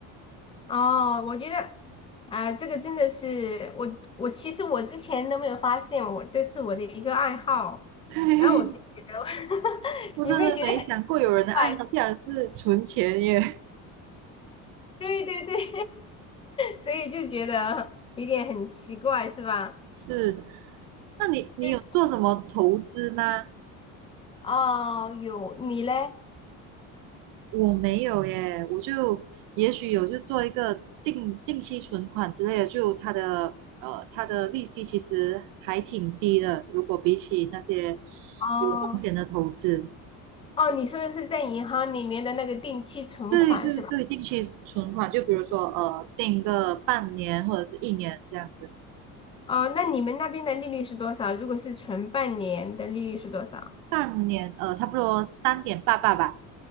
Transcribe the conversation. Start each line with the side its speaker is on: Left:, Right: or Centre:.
Left: 哦，我觉得啊、这个真的是我，我其实我之前都没有发现我，这是我的一个爱好，
Right: <laughs> 对，
Left: 然后我就觉得 <laughs>，
Right: 我真的没想过有人的爱好竟然是存钱耶。
Left: 你没有觉得很怪？对对对，<laughs> 所以就觉得有点很奇怪，是吧？
Right: <laughs> 是，那你你有做什么投资吗？
Left: 就是哦，有你嘞？
Right: 我没有耶，我就也许有就做一个定定期存款之类的，就它的呃它的利息其实还挺低的，如果比起那些
Left: 哦
Right: 有风险的投资，
Left: 哦，你说的是在银行里面的那个定期存款是吧？
Right: 对对对，定期存款就比如说呃定个半年或者是一年这样子，
Left: 哦，那你们那边的利率是多少？如果是存半年的利率是多少？
Right: 半年呃差不多三点八八吧，